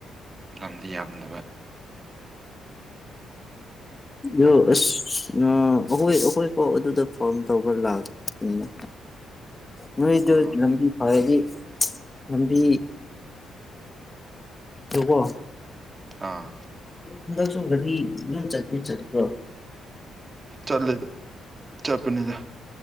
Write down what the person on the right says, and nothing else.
ꯂꯝꯗꯤ ꯌꯥꯝꯗꯕ
ꯑꯥ
ꯑꯥ
ꯆꯠꯂꯗ ꯆꯄꯅꯤꯗ